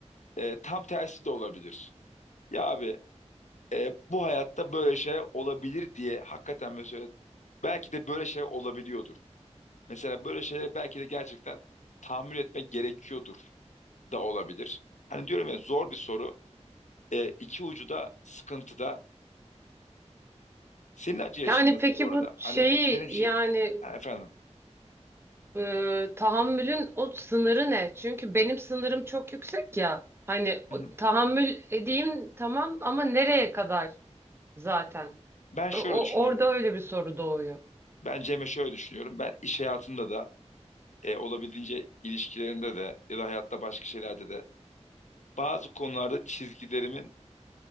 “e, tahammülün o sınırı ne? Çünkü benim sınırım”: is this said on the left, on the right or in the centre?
Right